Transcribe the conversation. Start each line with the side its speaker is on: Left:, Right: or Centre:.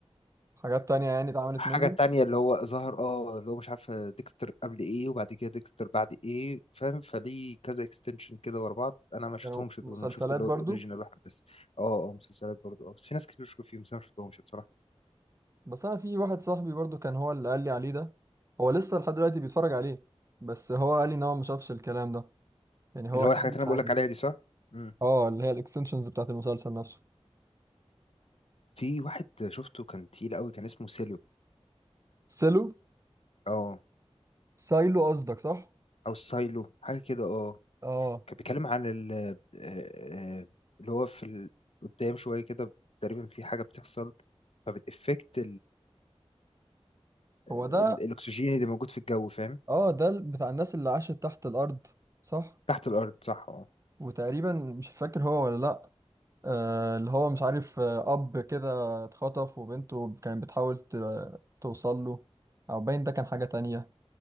Right: حاجات تانية يعني اتعملت
Left: حاجة
Right: منه
Left: تانية اللي هو ظهر اه اللي هو مش عارف ديكستر قبل ايه وبعد كده ديكستر بعد ايه فاهم فليه كذا اكستنشن كده ورا بعض انا ما شفتهمش
Right: كانوا مسلسلات
Left: دول انا شفت اللي
Right: برضو
Left: هو الاوريجينال واحد بس اه اه مسلسلات برضه اه بس في ناس كتير بتشكر فيهم بس انا ما شفتهمش بصراحة
Right: بس انا في واحد صاحبي برضو كان هو اللي قال لي عليه ده هو لسه لحد دلوقتي بيتفرج عليه بس هو قال لي ان هو ما شافش الكلام ده يعني هو
Left: اللي هو
Right: كان
Left: الحاجات اللي انا بقول
Right: عادي
Left: لك عليها دي صح؟ امم
Right: اه اللي هي الاكستنشنز بتاعت المسلسل نفسه
Left: في واحد شفته كان تقيل قوي كان اسمه سيلو
Right: سيلو
Left: اه
Right: سايلو قصدك صح
Left: او سايلو حاجة كده اه
Right: اه
Left: كان بيتكلم عن ال آه، آه، اللي هو في ال- قدام شوية كده تقريبا في حاجة بتحصل فبتأفكت ال-
Right: هو ده
Left: الاكسجين اللي موجود في الجو فاهم
Right: اه ده ال- بتاع الناس اللي عاشت تحت الارض صح
Left: تحت الارض صح اه
Right: وتقريبا مش فاكر هو ولا لا آه اللي هو مش عارف آه اب كده اتخطف وبنته كانت بتحاول ت- توصل له او باين ده كان حاجة تانية